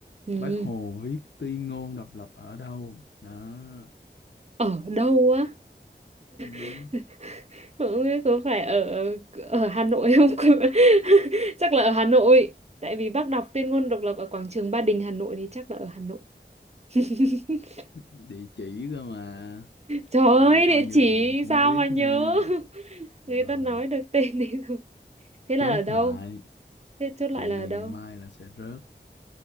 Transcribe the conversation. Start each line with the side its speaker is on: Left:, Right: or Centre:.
Right: Ừ.
Left: Bác Hồ viết tuyên ngôn độc lập ở đâu? Đó.
Right: Ở đâu á?
Left: Ừm,
Right: <laughs> Không biết có phải ở ở Hà Nội không? <laughs> Chắc là ở Hà Nội. Tại vì bác đọc tuyên ngôn độc lập ở quảng trường Ba Đình Hà Nội thì chắc là ở Hà Nội. <laughs>
Left: Địa chỉ cơ mà.
Right: Trời ơi,
Left: Ơi,
Right: địa
Left: coi như
Right: chỉ
Left: là không
Right: sao
Left: biết
Right: mà nhớ?
Left: nha.
Right: <laughs>
Left: Rồi,
Right: Người ta nói được tên đi rồi. Thế
Left: chốt
Right: là ở đâu?
Left: lại.
Right: Thế chốt lại
Left: Chị
Right: là
Left: này
Right: ở đâu?
Left: ngày mai là sẽ rớt.